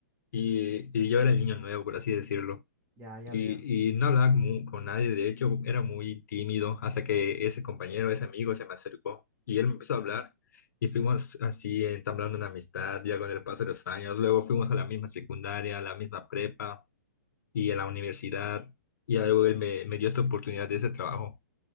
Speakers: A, on the left; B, on the right.
A: y, y yo era el niño nuevo, por así decirlo.
B: Ya, ya
A: Y,
B: veo.
A: y no hablaba con, con nadie, de hecho, era muy tímido hasta que ese compañero, ese amigo se me acercó y él me empezó a hablar y fuimos así entablando una amistad ya con el paso de los años. Luego fuimos a la misma secundaria, a la misma prepa y a la universidad y luego él me, me dio esta oportunidad de ese trabajo.